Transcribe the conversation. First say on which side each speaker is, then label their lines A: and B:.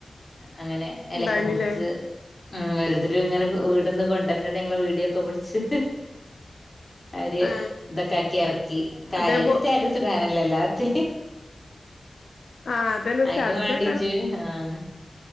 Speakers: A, on the left; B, on the left.
A: അങ്ങനെ ഇലക്കെ
B: ഉണ്ടായിനില്ലേ
A: മുറിച്ച് ഉം ഒരു ഇ ഇങ്ങനെ വീട്ന്ന് കൊണ്ടുവരണത് യൊക്ക പിടിച്ചു അവര്
B: ആ
A: ഇതൊക്കെ ആക്കി ഇറക്കി കാര്യ
B: അതേപോ
A: സ്റ്റാറ്റസ്ടാനല്ലോ എല്ലാത്ത
B: ആ അതന്നെ
A: അയിന്
B: സ്റ്റാറ്റസ്
A: വേണ്ടീച്ച്
B: വെക്കാന്
A: ആ ഉം